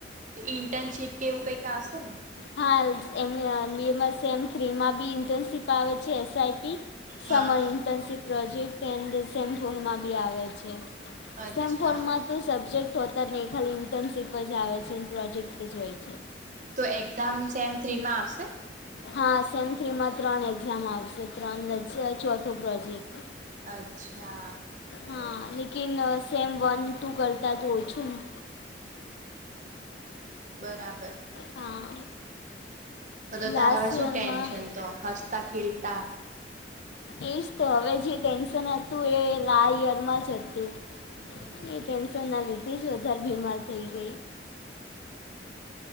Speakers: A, on the right (about 45°); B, on the left (about 70°).
A: તો ઇન્ટર્નશીપ કે એવું કંઈક આવશે ને?
B: હા એ બીમસ એમ થ્રીમાં બી ઇન્ટર્નશીપ આવે છે એસઆઈપી સમય
A: હા
B: ઇન્ટર્નશીપ પ્રોજેક્ટ ડ સેમ્પુર માં બી આવે છે
A: અચ્છા
B: સેમ્ ફરમાં તો સબ્જેક્ટ હોત ને એ ખાલી ઇન્ટર્નશીપ જ આવે છે અને પ્રોજેક્ટ જ હોય છે
A: તો એક્ઝામ સેમ થ્રીમાં આવશે?
B: હા સેમ થ્રીમાં ત્રણ એક્ઝામ આવશે ત્રણ વચ્ચે ચોથો પ્રોજેક્ટ.
A: અચ્છા
B: હા લેકિન સેમ વન ટુ કરતા તો ઓછું ને
A: બરાબર
B: હા
A: તો તારા
B: લાસ્ટ
A: હવે શું
B: યરમાં
A: ટેન્શન તો હસતા ખીલતા,
B: એશ તો હવે જે ટેન્શન હતું એ લા યયરમાં જ હતું
A: હમ
B: એ ટેન્શન ના લીધે જ વધારે બીમાર થઈ ગઈ.